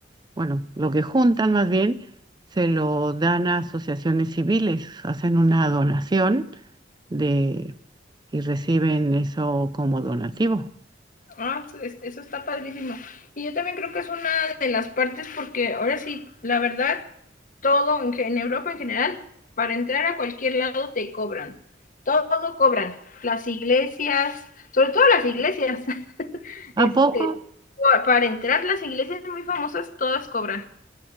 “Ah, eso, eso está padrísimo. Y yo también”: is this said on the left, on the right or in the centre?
Left